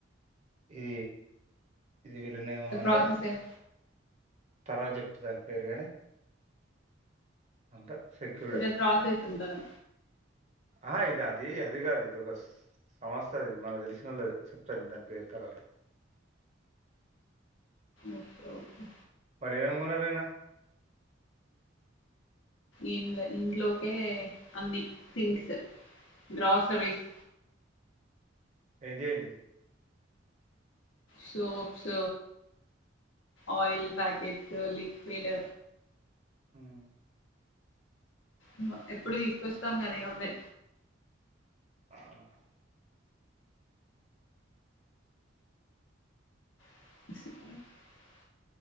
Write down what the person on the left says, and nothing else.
ప్రాసెస్ ఏం
ఇదే ప్రాసెస్ ఉంటది
ఓకే ఓకే
ఇ ఇంట్లోకే అన్ని థింగ్స్ గ్రాసరీస్
సోప్స్ ఆయిల్ పాయాకెట్స్ లిక్విడ్
ఉమ్ ఎప్పుడు తీసుకొస్తాం కద అవే
స